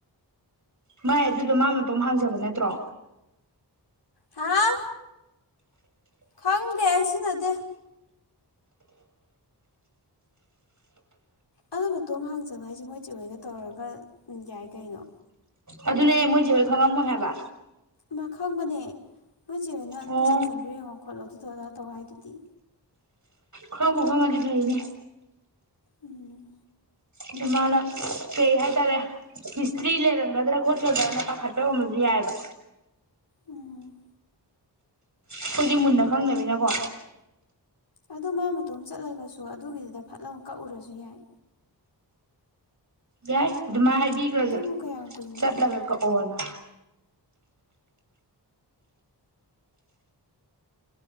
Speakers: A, on the right; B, on the left.
A: ꯃꯥꯏ ꯑꯗꯨꯗꯣ ꯃꯥ ꯃꯇꯣꯝ ꯍꯥꯡꯖꯕ ꯅꯠꯇ꯭ꯔꯣ
B: ꯍꯥꯎ ꯈꯪꯗꯦ ꯑꯩꯁꯨ ꯁꯤꯟꯅꯗ‌ꯦ ꯑꯗ‌ꯣ ꯃꯇꯣꯝ ꯍꯥꯡꯖꯕ ꯍꯥꯏꯁꯦ ꯃꯣꯏ ꯆꯦ ꯍ‌ꯣꯏꯒ ꯇꯧꯔꯒ ꯌꯥꯏ ꯀꯩꯅꯣ
A: ꯑꯗꯨꯅꯦ ꯃꯣꯏ ꯆ‌ꯦ ꯍꯣꯏ ꯈꯪꯉꯝꯃꯣꯏ ꯍꯥꯏꯕ
B: ꯃꯥ ꯈꯪꯕꯅꯦ ꯃꯣꯏꯆꯦ ꯍ‌ꯣꯏꯅ
A: ꯑꯣ
B: ꯄꯩꯁꯥ ꯆꯪꯕ꯭ꯔ ꯌꯦꯡꯉꯣ ꯈꯣꯠꯂꯣ ꯑꯗꯨꯗ ꯑꯗꯥ ꯇꯧ ꯍꯥꯏꯗꯨꯗꯤ
A: ꯈꯕꯨ ꯈꯪꯉꯗꯤ ꯐꯩꯅ‌ꯦ
B: ꯎꯝ
A: ꯑꯗ ꯃꯥꯅ ꯀꯩ ꯍꯥꯏꯇꯥꯔꯦ ꯍꯤꯁꯇ꯭ꯔꯤ ꯂꯩꯔꯝꯒꯗ꯭ꯔꯥ ꯈꯣꯠꯀꯗ꯭ꯔꯅ ꯄꯥꯈꯠꯄꯩ ꯑꯣꯏꯔꯝꯕꯁꯨ ꯌꯥꯏꯑꯕ
B: ꯎꯝ
A: ꯑꯩꯈꯣꯏꯗꯤ ꯃꯨꯟꯅ ꯈꯪꯗꯝꯅꯤꯅꯀꯣ
B: ꯑꯗꯨ ꯃꯥ ꯃꯇꯣꯝ ꯆꯠꯂꯒꯁꯨ ꯑꯗꯨꯒꯤꯗꯨꯗ ꯐꯠꯂ ꯀꯛꯎꯔꯁꯨ ꯌꯥꯏ
A: ꯌꯥꯏ ꯑꯗꯨꯃꯥꯏꯅ ꯍꯥꯏꯕꯤꯈ꯭ꯔꯒꯦ
B: ꯑꯗꯨꯕꯨ ꯀꯌꯥꯝ ꯀꯨꯏꯅ
A: ꯆꯠꯂꯒ
B: ꯊꯕꯛꯅꯣ
A: ꯀꯛꯑꯣꯅ